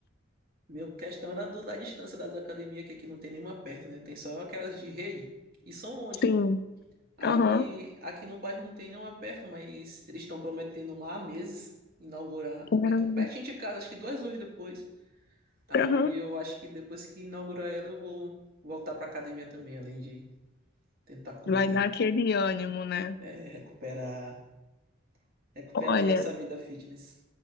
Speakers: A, on the right; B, on the left.
A: Meu questão era do, da distância das academias, que aqui não tem nenhuma perto, né? Tem só aquelas de rede. E são longe.
B: Sim,
A: Aí
B: aham,
A: aqui no bairro não tem nenhuma perto, mas eles estão prometendo uma há meses inaugurar. Aqui
B: caramba,
A: pertinho de casa, acho que duas horas depois. Aí
B: aham.
A: eu acho que depois que inaugurar ela, eu vou voltar pra academia também, além de tentar correr,
B: Vai dar aquele ânimo, né?
A: é, recuperar, recuperar
B: Olha,
A: aí essa vida fitness.